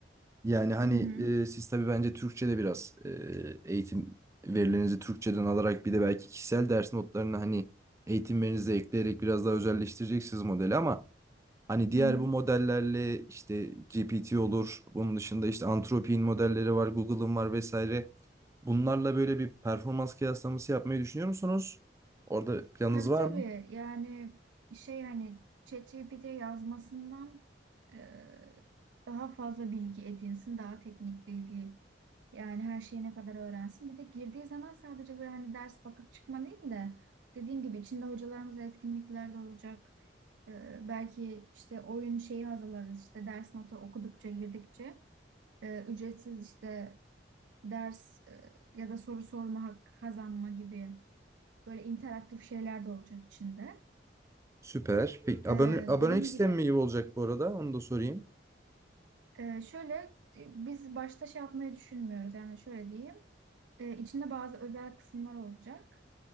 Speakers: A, on the right; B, on the right.
A: Yani hani
B: Hı hı.
A: e, siz tabii bence Türkçe'de biraz e, eğitim verilerinizi Türkçeden alarak bir de belki kişisel ders notlarını hani eğitimlerinize ekleyerek biraz daha özelleştireceksiniz modeli ama Hani diğer
B: Hı hı.
A: bu modellerle işte GPT olur, bunun dışında işte Anthropic'in modelleri var, Google'ın var vesaire. Bunlarla böyle bir performans kıyaslaması yapmayı düşünüyor musunuz? Orada planınız
B: Tabii
A: var
B: tabii
A: mı?
B: yani şey hani ChatGPT yazmasından e, daha fazla bilgi edinsin, daha teknik bilgi yani her şeyi ne kadar öğrensin. Bir de girdiği zaman sadece böyle hani ders bakıp çıkma değil de dediğim gibi içinde hocalarımız etkinliklerde olacak. E, belki işte oyun şeyi hazırlarız işte ders notu okudukça girdikçe e, ücretsiz işte ders e, ya da soru sorma hakkı kazanma gibi böyle interaktif şeyler de olacak içinde.
A: Süper. Peki
B: Ee,
A: abone, abonelik
B: dediğim
A: sistemi
B: gibi
A: mi iyi olacak bu arada? Onu da sorayım.
B: e, şöyle e, biz başta şey yapmayı düşünmüyoruz yani şöyle diyeyim Ee, içinde bazı özel kısımlar olacak